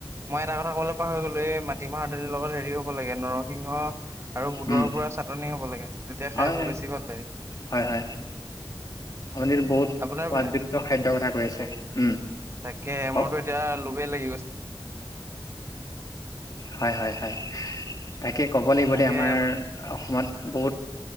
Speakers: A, on the right; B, on the left.
A: মই এটা কথা ক'বলে পাহাৰ গ'লে মাটিমাহৰ দালিৰ লগত হেৰি হ'ব লাগে নৰসিংহ আৰু বুটৰ
B: উম
A: পৰা চাটনি হ'ব লাগে তেতিয়া
B: হয়
A: খাই ব বেছি ভাল লাগে।
B: হয় হয় আপুনি বহুত
A: আপোনাৰ,
B: সোৱাদযুক্ত খাদ্যৰ কথা কৈ আছে উম
A: তাকে
B: কওক
A: মোৰটো এতিয়া ল'বই লাগ
B: হয়, হয়, হয় তাকে ক'ব লাগিব
A: তাকে
B: দে আমাৰ
A: আপ-
B: অসমত বহুত